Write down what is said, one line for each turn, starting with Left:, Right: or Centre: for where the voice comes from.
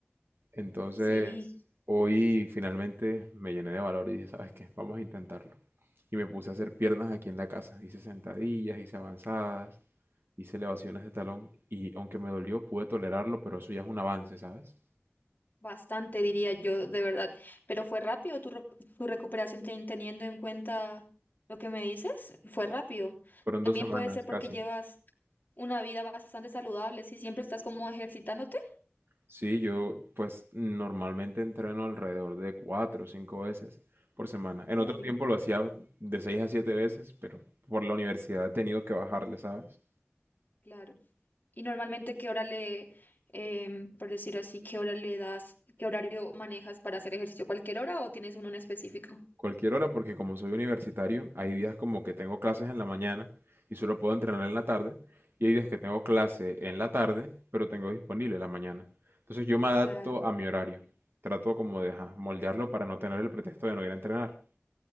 Right: Entonces,
Left: sí,
Right: hoy finalmente me llené de valor y dije, ¿sabes qué? Vamos a intentarlo. Y me puse a hacer piernas aquí en la casa. Hice sentadillas, hice avanzadas, hice elevaciones de talón y aunque me dolió, pude tolerarlo, pero eso ya es un avance, ¿sabes?
Left: Bastante, diría yo, de verdad. Pero fue rápido tu, re- tu recuperación ten- teniendo en cuenta lo que me dices. Fue rápido.
Right: Fueron
Left: También
Right: dos semanas
Left: puede ser
Right: casi.
Left: porque llevas una vida bastante saludable, si siempre estás como ejercitándote.
Right: Sí, yo pues normalmente entreno alrededor de cuatro o cinco veces por semana.
Left: Uy,
Right: En otro tiempo lo hacía de seis a siete veces, pero por la universidad he tenido que bajarle, ¿sabes?
Left: claro. ¿Y normalmente qué hora le, em, por decir así, qué hora le das, qué horario manejas para hacer ejercicio? ¿Cualquier hora o tienes uno en específico?
Right: Cualquier hora porque como soy universitario, hay días como que tengo clases en la mañana y solo puedo entrenar en la tarde, y hay días que tengo clase en la tarde, pero tengo disponible la mañana. Entonces yo me adapto
Left: Claro.
Right: a mi horario. Trato como de ajá, moldearlo para no tener el pretexto de no ir a entrenar.